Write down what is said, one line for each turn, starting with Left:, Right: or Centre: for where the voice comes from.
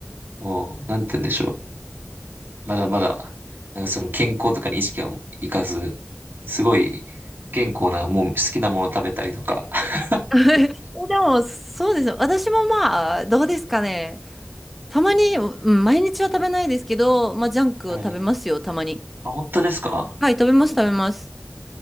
Right: もう、なんて言うんでしょう。まだまだ、なんかその健康とかに意識はいかず、すごい不健康な、もう好きなものを食べたりとか。<laughs>
Centre: <laughs> でも、そうですね。私もまあ、どうですかね。たまに、うん、毎日は食べないですけど、まあ、ジャンクを食べますよ、
Right: はい。
Centre: たまに。
Right: あ、本当ですか
Centre: はい、食べます、食べます。